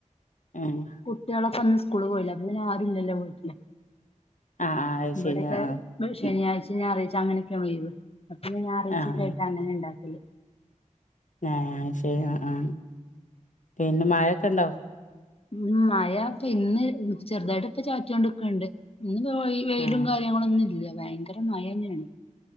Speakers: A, on the left; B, on the left.
A: ഏഹ്
B: കുട്ട്യാളൊക്കെ ഒന്നും സ്കൂള് പോയില്ല അപ്പൊ ആരും ഇല്ലല്ലോ വീട്ടില്
A: ആ ആ അത്
B: ഇവിടെക്കെ
A: ശരി ആ ആ
B: ശനിയാഴ്ച്ചിം ഞാഒരാഴ്ച അങ്ങനൊക്കെയൊള്ളു ലീവ് അപ്പൊ ഞാൻ ഞാറാഴ്ചൊക്കെ
A: ആ
B: ആയിട്ട് അങ്ങനെ ഉണ്ടാക്കല്
A: ഏഹ് ആഹ്ശരി ആ ആ പിന്നെ മഴൊക്കെണ്ടോ
B: ഉം മയ ഇപ്പൊ ഇന്ന് ചെറുതായിട്ട് ഇപ്പ ചാറ്റിയോണ്ട്ക്ക്ണ്ട് ഇന്ന് പോയി വെയിലും
A: ആ
B: കാര്യങ്ങളുംന്നും ഇല്ല്യ ഭയങ്കര മഴ തന്നെയാണ്